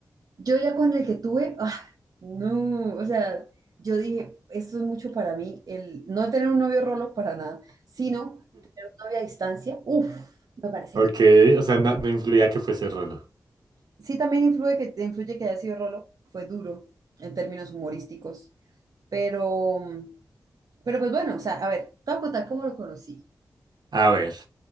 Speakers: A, on the right; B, on the right.
A: yo ya con el que tuve, ah, no, o sea, yo dije, esto es mucho para mí, el no tener un novio rolo para nada, sino tener un novio a distancia, uff, me parece
B: Ok,
A: tú.
B: o sea, no, no influía que fuese Rolo.
A: Sí, también influye que, influye que haya sido rolo, fue duro en términos humorísticos, pero, pero pues bueno, o sea, a ver, te voy a contar cómo lo conocí.
B: A ver,